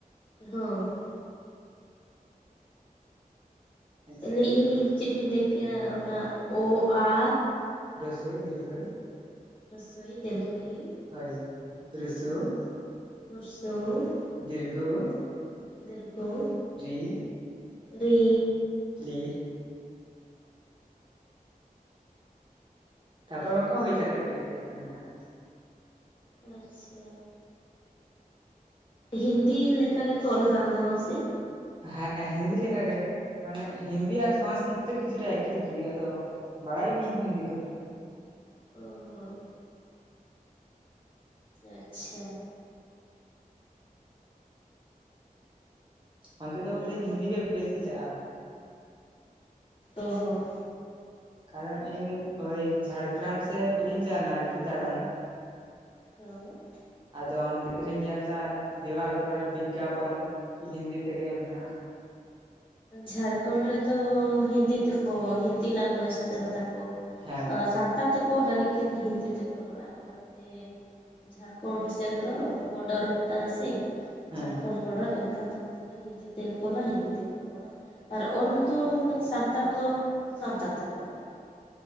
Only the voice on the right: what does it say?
ᱟᱪᱪᱷᱟ
ᱨᱟᱹᱥᱳᱭ ᱫᱤᱨᱜᱷᱟᱹᱭ
ᱦᱳᱭ ᱨᱤᱥᱩ
ᱫᱤᱨᱜᱷᱚᱩ
ᱡᱤ
ᱞᱤ ᱛᱟᱯᱚᱨ ᱚᱱᱠᱟ ᱦᱩᱭ ᱪᱟᱞᱟᱜ ᱜᱮᱭᱟ ᱟᱹᱰᱤ ᱟᱥᱛᱟᱢ ᱦᱮᱱᱟᱜᱼᱟ
ᱦᱮᱸ ᱦᱤᱱᱫᱤ ᱞᱮᱠᱟ ᱜᱮ ᱢᱟᱱᱮ ᱦᱤᱱᱫᱤ ᱟᱨ ᱥᱚᱝᱥᱠᱨᱤᱛ ᱫᱚ ᱠᱤᱪᱷᱩ ᱴᱟ ᱮᱠᱤ ᱜᱮᱭᱟ ᱟᱫᱚ ᱵᱟᱲᱟᱭ ᱜᱤᱭᱟᱹᱧ ᱦᱤᱱᱫᱤ ᱫᱚ
ᱚᱱᱛᱮ ᱫᱚ
ᱵᱚᱫᱷᱳᱭ ᱦᱤᱱᱫᱤ ᱜᱮ ᱵᱮᱥᱤ ᱪᱟᱜᱼᱟ
ᱠᱟᱨᱚᱱ ᱤᱧ ᱳᱭ ᱡᱷᱟᱲᱜᱨᱟᱢ ᱥᱮᱫ ᱤᱭᱟᱹᱧ ᱪᱟᱞᱟᱣ ᱞᱮᱱᱟ ᱟᱨᱠᱤ ᱫᱟᱬᱟᱱ
ᱟᱫᱚ ᱚᱱᱛᱮ ᱨᱤᱧ ᱧᱮᱞ ᱮᱫᱟ ᱫᱮᱣᱟᱞ ᱠᱚᱨᱮ ᱵᱤᱜᱽᱜᱟᱯᱚᱱ ᱦᱤᱱᱫᱤ ᱛᱮᱜᱮ ᱦᱮᱱᱟᱜ-ᱟ
ᱦᱮᱸ
ᱦᱮᱸ